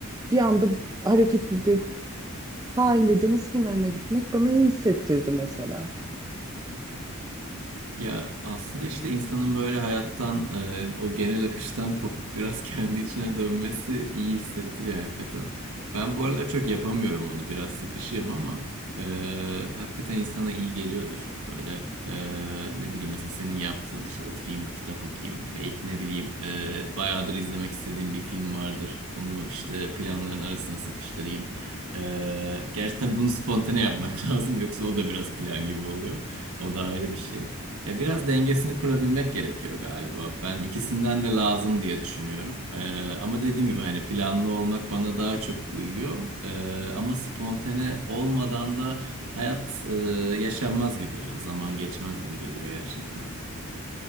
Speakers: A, on the right (about 15°); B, on the right (about 85°).
A: bir anda hareket edip sahile, deniz kenarına gitmek bana iyi hissettirdi mesela.
B: Ya aslında işte insanın böyle hayattan, e, o genel akıştan kopup biraz <laughs> kendi içine dönmesi iyi hissettiriyor hakikaten. Ben bu aralar çok yapamıyorum onu, biraz sıkışığım ama e, hakikaten insana iyi geliyordur. Böyle e, ne bileyim mesela senin yaptığın işte oturayım bir kitap okuyayım. Belki ne bileyim e, bayağıdır izlemek istediğim bir film vardır. Onu işte planların arasına sıkıştırayım. E, gerçi tabii bunu spontane yapmak <laughs> lazım yoksa o da biraz plan gibi oluyor. O da ayrı bir şey. Ya biraz dengesini kurabilmek gerekiyor galiba. Ben ikisinden de lazım diye düşünüyorum. Ee, ama dediğim gibi hani planlı olmak bana daha çok uyuyor. Ee, ama spontane olmadan da hayat e, yaşanmaz gibi ya. Zaman geçmez gibi geliyor gerçekten.